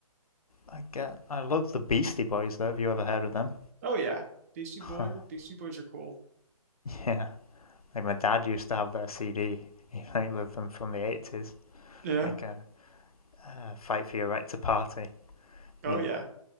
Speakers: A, on the left; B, on the right.
A: I get. I love the Beastie Boys, though. Have you ever heard of them?
B: Oh yeah, Beastie
A: <laughs>
B: Boys, Beastie Boys are cool.
A: yeah. Like my dad used to have their CD. <laughs> He like loved them from the eighties,
B: Yeah.
A: like uh, uh, "Fight for Your Right to Party,"
B: Oh
A: you
B: yeah.